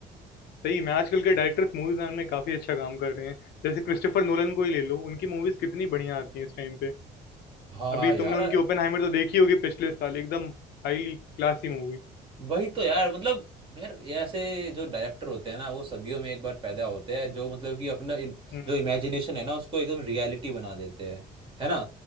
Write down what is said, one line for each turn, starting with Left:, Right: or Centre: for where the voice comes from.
Left: सही में आजकल के डायरेक्टर्स मूवीज बनाने में काफी अच्छा काम कर रहे हैं। जैसे क्रिस्टोफर नोलन को ही ले लो, उनकी मूवीज कितनी बढ़िया आती हैं इस टाइम पे।
Right: हाँ
Left: अभी
Right: यार
Left: तुमने उनकी ओपेनहाइमर तो देखी होगी पिछले साल, एकदम हाईली क्लासी मूवी।
Right: वही तो यार मतलब यार ये ऐसे जो डायरेक्टर होते हैं ना वो सदियों में एक बार पैदा होते हैं जो मतलब कि अपना इन-
Left: हम्म,
Right: जो इमेजिनेशन है ना उसको एकदम रियलिटी बना देते हैं है ना